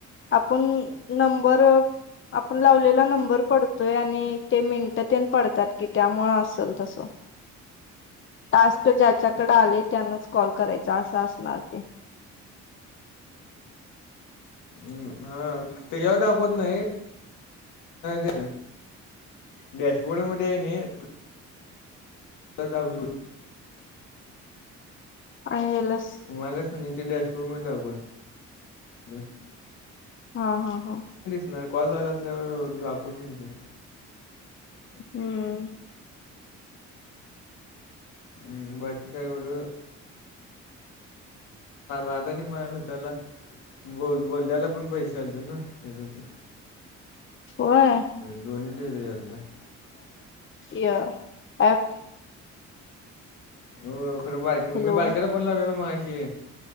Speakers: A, on the left; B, on the left.
A: आपुन नंबर. आपण लावलेला नंबर पडतोय आणि ते मिनटं तेन पडतात की त्यामुळं असल तसं. टास्क ज्याच्याकडे आलंय त्यानच कॉल करायचा असं असणार ते.
B: ह ह त्याच्यावर दाखवत नाही ते. डॅशबोर्ड मध्ये हाय नाही. <unintelligible>
A: आणि हेला.
B: तू म्हणाल्यास ते डॅशबोर्ड मध्ये दाखवतयं.
A: हा हा हा.
B: नाही कॉल झालं असल्यावर दाखवत नाही ते.
A: हुं.
B: हम्म बाकी. आणि काय एवढं माझं आणि माझ्या मित्राला. बोल बोलल्याला पण पैसे आलतं ना. फ तर ते
A: होय.
B: दोनी हेज आलेल तर.
A: या अँप.
B: हो खरं बाक
A: हॅलो
B: मी बाळक्याला फोन लावललो मगाशी